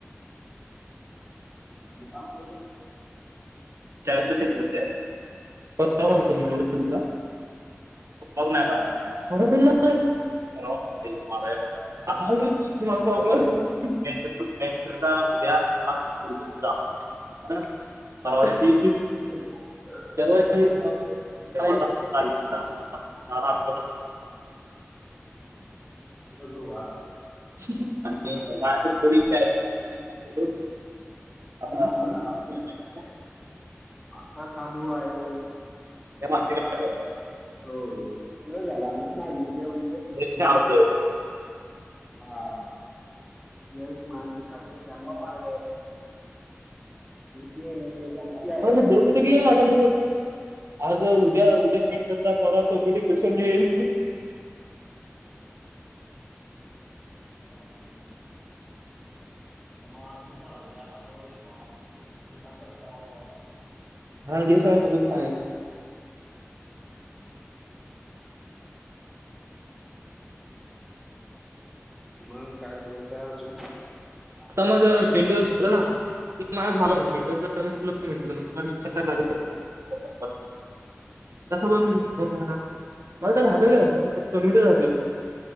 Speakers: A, in the centre; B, on the right.
A: ह मी काम करू?
B: चाळीसच्या
A: त्यालप
B: सेवेला
A: ति
B: आहे. परवा
A: हो
B: नसेल ना रोहितला?
A: <inaudible>
B: कुठलाच नाही आला. मला पण नाही. परवा कसं आहे, माझा आहे बघ. सहा दिवस की मला तर आवडलं. मेन तर- मेन करता उद्या आज उद्या तुझा हं? परवा दिवशी परवा येत हा. तेव्हा आता तारीख <inaudible>
A: उद्या गुरुवार
B: आणि ते
A: आणि
B: माझ्या
A: मायापुरी
B: कड बी चाळीस
A: <unintelligible>
B: आता-
A: आता चालू आहे
B: त्या माणसाला
A: हो तुज झाला ना नाही तू जेऊन घे
B: त्याच्या
A: आणि
B: अर्ज
A: हा यश मानसिकते त्यानसार तती तिती आई
B: असं
A: वाटते
B: बोलत होतो की असा मग आज उद्या उद्या मेंटरचा परवा कॉम्पिटिशन येईल
A: <unintelligible> म म्हणून मी आलोय मी आता आठवडा भर रिकामा आहे ते काम पैला करावं
B: हा हे सगळं बघून काय
A: मग काय बोलताय अजून. आता
B: माझं
A: माझ झाल
B: मेंटल झालं
A: ना की
B: माझं झालं मग मेंटलचा मी सुटलो मेंटल म्हणजे काय लागत नाही. तसं पण मग मला मला तर राहतं काय मला तर कम्युनिटी राहतोय मग